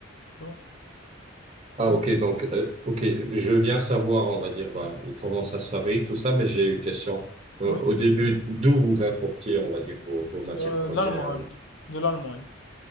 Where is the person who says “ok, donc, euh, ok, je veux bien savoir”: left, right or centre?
Right